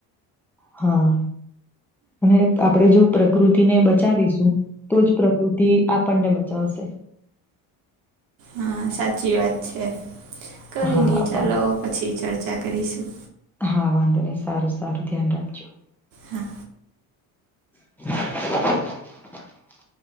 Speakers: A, in the centre; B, on the right (about 60°).
A: હા અને આપણે જો પ્રકૃતિને બચાવીશું તો જ પ્રકૃતિ આપણને બચાવશે.
B: હા સાચી વાત છે કઈ
A: હા
B: નહી ચાલો
A: વા
B: પછી ચર્ચા કરીશું.
A: હા વાંધો નહીિ સારું સારું ધ્યાન રાખજો.
B: હા
A: <inaudible>